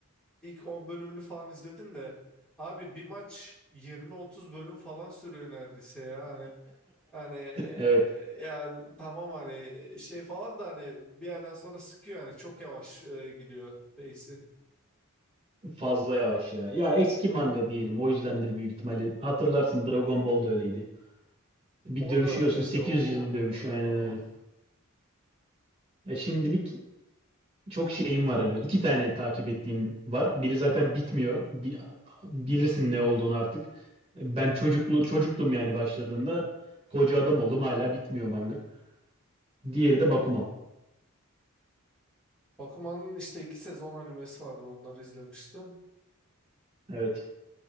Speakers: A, in the centre; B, on the right.
A: İlk 10 bölümünü falan izledim de. Abi bir maç 20-30 bölüm falan sürüyor neredeyse ya. Hani Hani e,
B: Evet,
A: ya tamam hani şey falan da hani bir yerden sonra sıkıyor hani çok yavaş e, gidiyor pace'i.
B: fazla yavaş ya. Ya eski manga diyelim. O yüzdendir büyük ihtimalle. Hatırlarsın Dragon Ball da öyleydi. Bir
A: O
B: dövüşüyorsun
A: da öyleydi.
B: 800
A: O,
B: yıl dövüş
A: o
B: aynen öyle. Ya şimdilik çok şeyim var. Yani. Böyle iki tane takip ettiğim var. Biri zaten bitmiyor. Bi- bilirsin ne olduğunu artık. Ben çocuklu çocuktum yani başladığında. Koca adam oldum hala bitmiyor manga. Diğeri
A: hmm.
B: de Bakuman.
A: Bakuman'ın işte iki sezon animesi vardı onları izlemiştim.
B: Evet.